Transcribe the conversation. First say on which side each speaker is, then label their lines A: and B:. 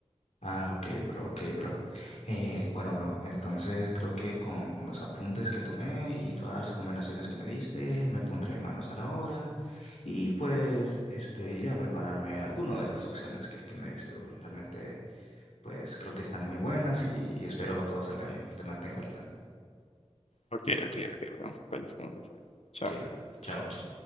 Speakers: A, on the left; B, on the left.
A: Ah, ok, bro, ok, bro. Eh, bueno, bro, entonces creo que con con los apuntes que tomé y todas las recomendaciones que me diste, me pondré manos a la obra y pues este iré a prepararme alguna de las opciones que, que me diste, bro. Realmente, pues creo que están muy buenas y, y espero todo salga bien. Te mantengo al tanto.
B: Ok, ok, ok, bro. Feliz cumpleaños. Chao.
A: Ok, bro. Chao, chao.